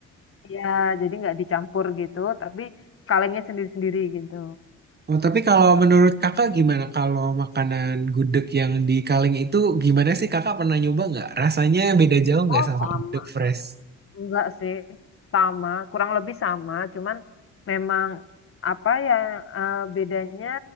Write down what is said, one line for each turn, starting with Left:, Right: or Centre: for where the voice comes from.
Left: Ya, jadi nggak dicampur gitu, tapi kalengnya sendiri-sendiri gitu.
Right: Oh, tapi kalau menurut Kakak gimana kalau makanan gudeg yang di kaleng itu gimana sih Kakak pernah nyoba nggak? Rasanya beda jauh nggak
Left: Oh,
Right: sama
Left: sama.
Right: gudeg fresh?
Left: Enggak sih, sama, kurang lebih sama, cuman memang apa yang eh, bedanya,